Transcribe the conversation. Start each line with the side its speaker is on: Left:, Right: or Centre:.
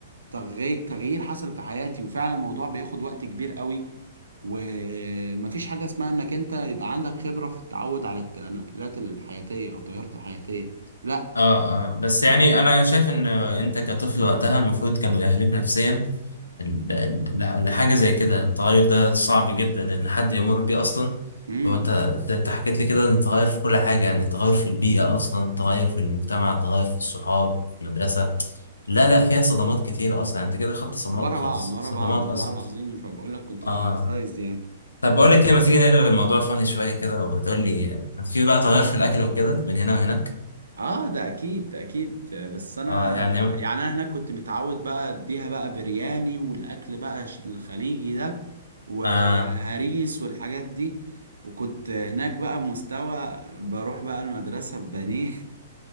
Right: تغي- تغيير حصل في حياتي وفعلا الموضوع بياخد وقت كبير قوي ومفيش حاجة اسمها انك انت يبقى عندك خبرة في التعود على التنقلات الحياتية او التغيرات الحياتية لا
Left: اه اه بس يعني انا شايف ان انت كطفل وقتها المفروض كانوا يأهلوك نفسيا ال- ال- لحاجة زي كده التغير ده صعب جدا إن حد يمر بيه أصلا
Right: امم
Left: هو أنت أنت أنت حكيت لي كده إن تغير في كل حاجة يعني تغير في البيئة أصلا تغير في المجتمع تغير في الصحاب في المدرسة لا لا فيها صدمات كتير أصلا يعني أنت كده خدت صدمات
Right: ورا
Left: خلاص
Right: بعض ورا
Left: صدمات
Right: بعض والله
Left: أصلا
Right: العظيم فبقول لك كنت تروماتايزد
Left: آه
Right: يعني
Left: طب بقول لك إيه ما تيجي نقلب الموضوع فاني شوية كده وبتقول لي آه، كان في بقى تغير في الأكل وكده بين هنا وهناك
Right: اه ده اكيد ده اكيد بس انا
Left: آه يعني
Right: يعني انا هناك كنت متعود بقى اديها بقى برياني والاكل بقى ش- الخليجي ده وهريس
Left: آه
Right: والحاجات دي وكنت هناك بقى بمستوى بروح بقى المدرسة ببانيه